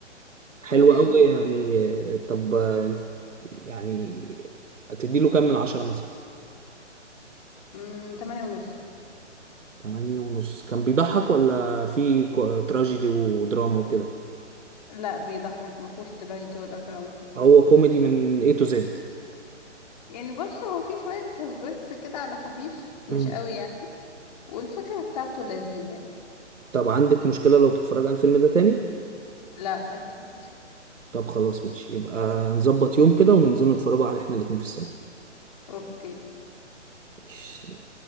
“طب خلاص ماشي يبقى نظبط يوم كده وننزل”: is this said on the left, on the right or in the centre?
Right